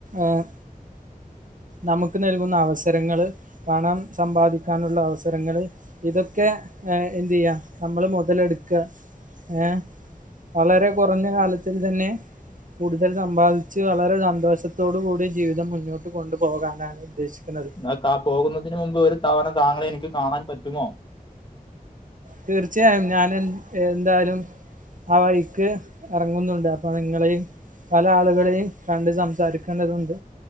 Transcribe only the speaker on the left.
ആഹ് കാ പോകുന്നതിന് മുമ്പ് ഒരു തവണ താങ്കളെ എനിക്ക് കാണാൻ പറ്റുമോ